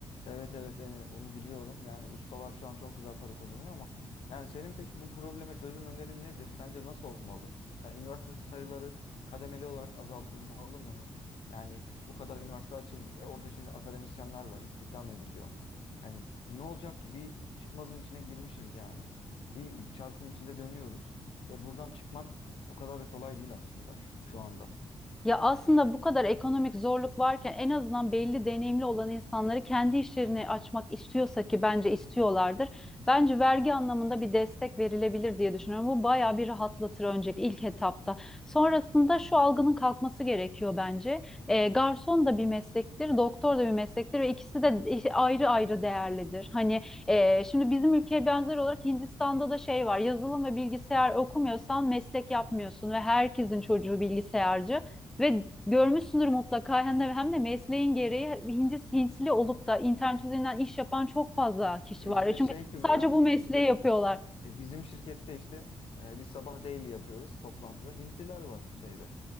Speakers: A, on the left (about 70°); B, in the centre.
A: Evet evet e, onu biliyorum. Yani ustalar şu an çok güzel para kazanıyor ama yani senin peki bu probleme çözüm önerin nedir? Sence nasıl olmalı? Yani üniversite sayıları kademeli olarak azaltılmalı mı? Yani bu kadar üniversite açılmış. E orada şimdi akademisyenler var, istihdam ediliyor. Yani ne olacak ki? Bir çıkmazın içine girmişiz yani. Bir çarkın içinde dönüyoruz ve buradan çıkmak o kadar da kolay değil aslında şu, şu anda.
B: Ya aslında bu kadar ekonomik zorluk varken en azından belli deneyimli olan insanları kendi işlerini açmak istiyorsa ki bence istiyorlardır. Bence vergi anlamında bir destek verilebilir diye düşünüyorum. Bu bayağı bir rahatlatır önceki ilk etapta. Sonrasında şu algının kalkması gerekiyor bence. Ee, garson da bir meslektir, doktor da bir meslektir ve ikisi de i- ayrı ayrı değerlidir. Hani e, şimdi bizim ülkeye benzer olarak Hindistan'da da şey var. Yazılım ve bilgisayar okumuyorsan meslek yapmıyorsun ve herkesin çocuğu bilgisayarcı. Ve görmüşsündür mutlaka hem de, hem de mesleğin gereği Hintli, Hintli olup da internet üzerinden iş yapan çok fazla kişi
A: E
B: var.
A: İşte
B: E, Çünkü
A: şey Kübra
B: sadece bu mesleği
A: e, bizim
B: yapıyorlar.
A: E, bizim şirkette işte e, biz sabah daily yapıyoruz toplantıda. Hintliler var şeyde